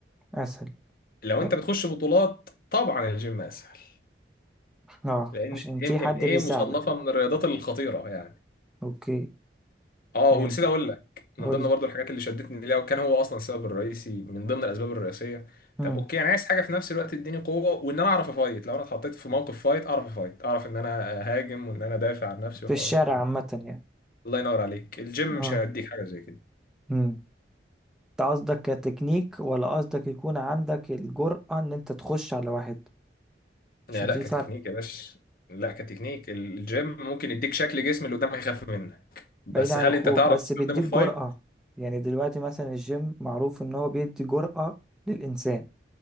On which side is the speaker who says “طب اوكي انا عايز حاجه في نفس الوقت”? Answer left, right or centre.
Left